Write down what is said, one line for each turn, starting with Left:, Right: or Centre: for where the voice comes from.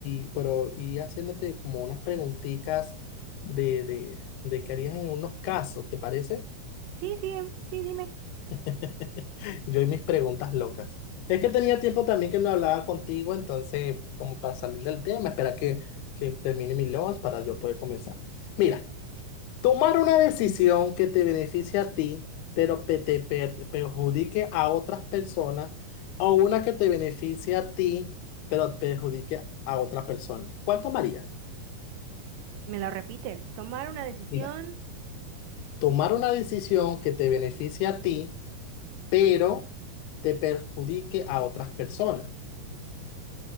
Left: y- pero y haciéndote como unas preguntitas de, de, de qué harías en unos casos, ¿te parece?
Right: Sí, sí, sí, dime.
Left: <laughs> Yo y mis preguntas locas. Es que tenía tiempo también que no hablaba contigo, entonces como para salir del tema, espera que, que termine mi lunch para yo poder comenzar. Mira. Tomar una decisión que te beneficie a ti, pero que te per- perjudique a otras personas, o una que te beneficie a ti, pero perjudique a otras personas. ¿Cuál tomarías?
Right: Me lo repites. Tomar una decisión.
Left: Mira, tomar una decisión que te beneficie a ti, pero te perjudique a otras personas.